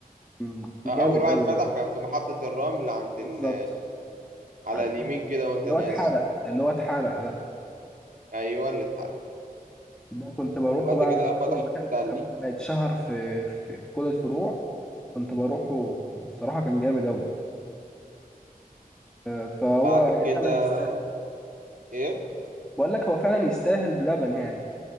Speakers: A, in the centre; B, on the right.
A: مم. جامد
B: آه، اول واحد
A: قوي
B: فتح
A: يعني
B: كان في محطة الرمل عند
A: بالظبط
B: ال على
A: عن-
B: اليمين كده وانت
A: اللي
B: نازل
A: هو اتحرق اللي هو اتحرق ده
B: ايوه اللي اتحرق
A: ده كنت بروحه
B: وبعد
A: بقى
B: كده
A: من
B: فتح
A: اول
B: في
A: ما كان
B: التلي
A: قبل ما يتشهر في في, في كل الفروع كنت بروحه بصراحة كان جامد أوي آه، فهو
B: بعد كده
A: فعلا يستاهل
B: ايه
A: بقول لك هو فعلا يستاهل بلبن يعني